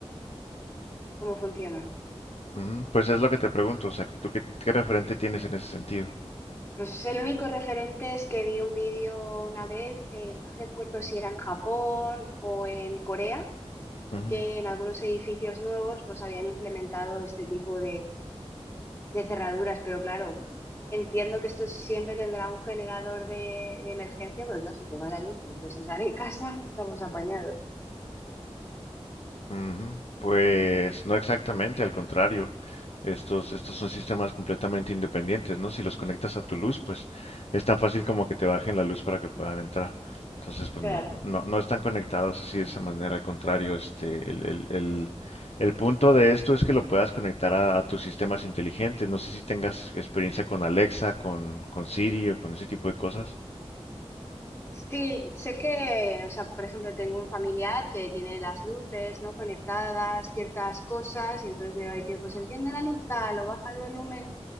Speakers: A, on the left (about 25°); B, on the left (about 65°).
A: ¿Cómo funciona?
B: ujú. Pues es lo que te pregunto, o sea, ¿tú qué, qué referente tienes en ese sentido?
A: Pues el único referente es que vi un vídeo una vez, eh, no recuerdo si era en Japón o en Corea,
B: Ujú.
A: que en algunos edificios nuevos pues habían implementado este tipo de cerraduras, pero claro, entiendo que esto siempre tendrá un generador de, de emergencia, porque claro, si te va la luz y no puedes entrar en casa, <laughs> estamos apañados.
B: Ujú. Pues no exactamente, al contrario. Estos, estos son sistemas completamente independientes, ¿no? Si los conectas a tu luz, pues es tan fácil como que te bajen la luz para que puedan entrar. Entonces, pues
A: Claro.
B: no, no, no están conectados así de esa manera, al contrario, este, el, el, el, el punto de esto es que lo puedas conectar a, a tus sistemas inteligentes. No sé si tengas experiencia con Alexa, con, con Siri o con ese tipo de cosas.
A: Sí, sé que, o sea, por ejemplo, tengo un familiar que tiene las luces, ¿no? conectadas, ciertas cosas, y entonces le va a decir, pues enciende la luz tal o baja el volumen